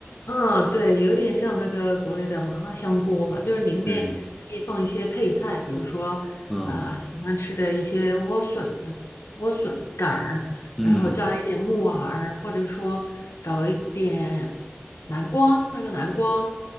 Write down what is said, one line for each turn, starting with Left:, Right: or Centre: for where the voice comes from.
Left: 嗯，对，有点像那个国内的麻辣香锅吧，就是你里面可以放一些配菜，
Centre: 对，
Left: 比如说啊、
Centre: 嗯
Left: 喜欢吃的一些莴笋、莴笋杆儿，
Centre: 嗯
Left: 然后加一点木耳，或者说搞一点南瓜，那个南瓜，